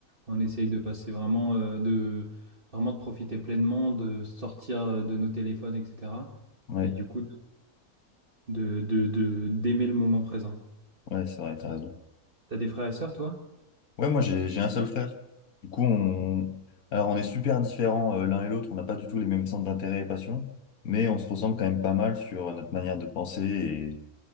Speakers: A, on the right; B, on the left.
A: on essaye de passer vraiment, euh, de, vraiment de profiter pleinement, de sortir euh, de nos téléphones, etc.
B: Ouais,
A: Et du coup, de, de, de- d'aimer le moment présent.
B: ouais, c'est vrai, t'as raison.
A: T'as des frères et sœurs, toi?
B: Ouais, moi j'ai j'ai un seul frère. Du coup, on, alors on est super différents euh, l'un et l'autre, on n'a pas du tout les mêmes centres d'intérêt et passions, mais on se ressemble quand même pas mal sur euh, notre manière de penser et